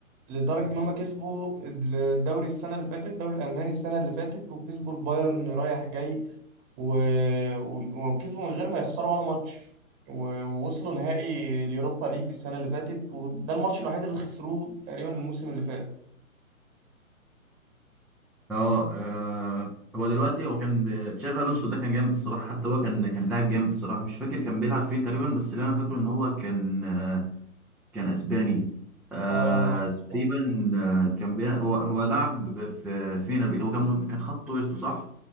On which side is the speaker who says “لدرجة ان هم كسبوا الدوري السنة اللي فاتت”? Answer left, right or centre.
Right